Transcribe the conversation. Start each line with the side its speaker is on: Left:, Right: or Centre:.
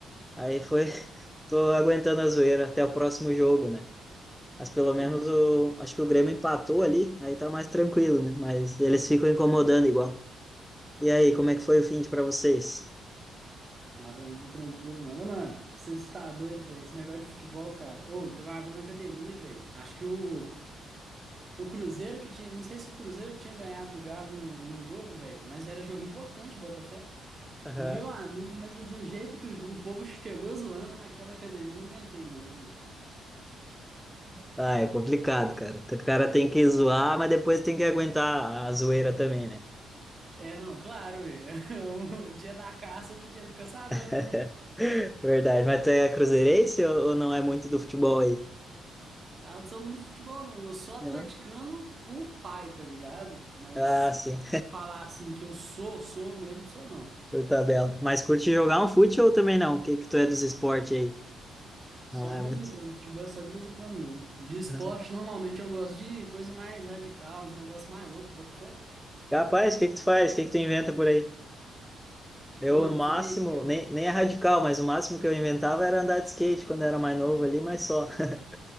Centre: Aí foi, <laughs> tô aguentando a zoeira até o próximo jogo, né? Mas pelo
Right: Que
Centre: menos
Right: isso?
Centre: o, acho que o Grêmio empatou ali, aí tá mais tranquilo, né? Mas eles ficam incomodando igual. E aí, como é que foi o fim de pra vocês?
Right: Ah, pra mim tá tranquilo, mano. Ô, Mano, você está doido, velho. Esse negócio de futebol, cara. Ô, teve uma vez na academia, velho. Acho que o, que o Cruzeiro que tinha. Não sei se o Cruzeiro que tinha ganhado do Galo num, num jogo, velho. Mas era jogo importante, Botafé.
Centre: Aham.
Right: Meu amigo, mas do jeito que o, ju- o povo chegou zoando naquela academia, eu não aguentei, não, Zé.
Centre: Ah, é complicado, cara. O cara tem que zoar, mas depois tem que aguentar a zoeira também, né?
Right: É, não, claro, velho. <laughs> Um dia da caça, outro dia do caçador, né,
Centre: <laughs>
Right: não?
Centre: Verdade, mas tu é cruzeirense ou, ou não é muito do futebol aí?
Right: Ah, não sou muito de futebol, não. Eu sou atleticano
Centre: Não?
Right: por pai, tá ligado? Mas
Centre: Ah, sim,
Right: de falar assim que eu sou, sou mesmo, sou não.
Centre: <laughs> por tabela. Mas curte jogar um fute ou também não? O que que tu é dos esportes aí?
Right: Só
Centre: Não
Right: de
Centre: é
Right: vez
Centre: muito.
Right: em quando. Futebol é só de vez em quando mesmo. De esporte,
Centre: Ah.
Right: normalmente eu gosto de coisa mais radical, uns negócios mais loucos, Botafé.
Centre: Rapaz, o que que tu faz? O que que tu inventa por aí? Eu,
Right: Mano,
Centre: no
Right: pra
Centre: máximo,
Right: você ter ideia, mano.
Centre: nem, nem é radical, mas o máximo que eu inventava era andar de skate quando eu era mais novo ali, mas só. <laughs>